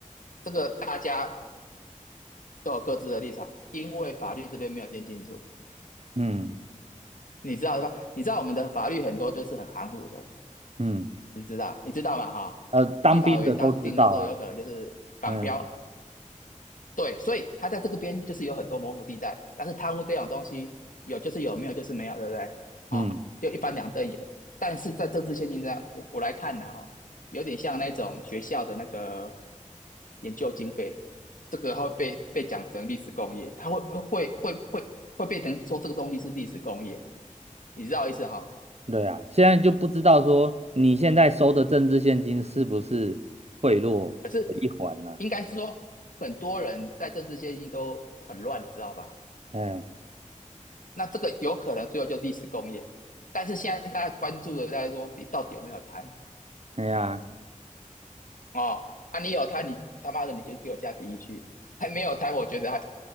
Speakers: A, on the left; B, on the right.
A: 这个大家都有各自的立场，因为法律这边没有定清楚。
B: 嗯
A: 你知道的吧？你知道我们的法律很多就是很含糊的，
B: 嗯，
A: 知不知道？你知道吗？哈，
B: 呃，当兵的都知道啊，
A: 立法委员当初定的时候，有可能就是绑标
B: 哎，
A: 对，所以他在这个边就是有很多模糊地带，但是贪污这种东西有就是有，没有就是没有，对不对？好、
B: 嗯，
A: 就一翻两瞪眼。但是在政治现金上，我我来看呢、哈、有点像那种学校的那个研究经费，这个会被被讲成历史工业，它会会会会会会变成说这个东西是历史工业，你知道意思哈、哦
B: 对啊，现在就不知道说你现在收的政治现金是不是贿赂的一环呢、
A: 可是应该是说很多人在政治现金都很乱，知道吧？
B: 哎，
A: 那这个有可能最后就历史工业，但是现在大家关注的大家说你到底有没有贪
B: 哎呀，
A: 哦？啊，你有贪，你他妈的你就给我下第一区，还没有贪，我觉得他